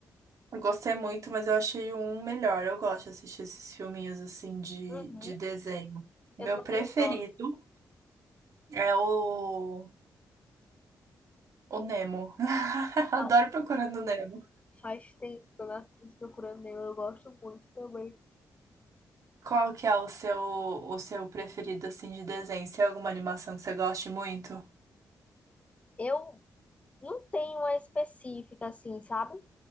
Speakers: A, on the right; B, on the left.
A: Eu gostei muito, mas eu achei o um melhor. Eu gosto de assistir esses filminhos assim de,
B: Uhum.
A: de desenho. Meu
B: Eu também
A: preferido
B: gosto.
A: é o, o Nemo. <laughs> Adoro
B: Ah,
A: procurando o Nemo.
B: Faz tempo que eu não assisto Procurando Nemo, eu gosto muito também.
A: Qual que é o seu o seu preferido assim de desenho? Se tem alguma animação que você goste muito?
B: Eu Não tem uma específica, assim, sabe?